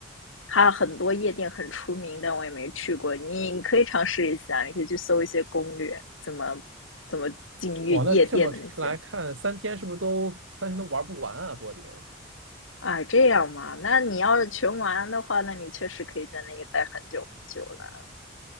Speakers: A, on the left (about 85°); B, on the right (about 85°).
A: 还有很多夜店很出名，但我也没去过。你你可以尝试一下，你可以去搜一些攻略，怎么怎么进夜夜店的那些。
B: 哇，那这么来看，三天是不是都三天都玩不完啊？柏林，
A: 啊，这样嘛？那你要是全玩的话，那你确实可以在那个待很久很久了。